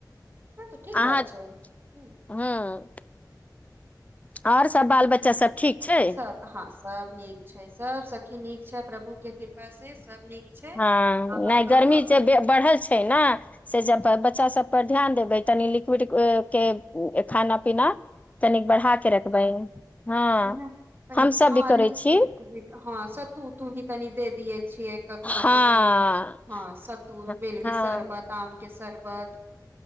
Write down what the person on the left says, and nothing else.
अहाँ
हूँ आओर सब बाल बच्चा सब ठीक छै
हँ
नहि
गर्मी
जे बढ़ल छै ने से ज बच्चा सभ पर ध्यान देबै तनी लिक्विड के खाना पीना तनिक बढ़ााक रखबै हँ
हमसभ
भी करै
छी
हँ
हँ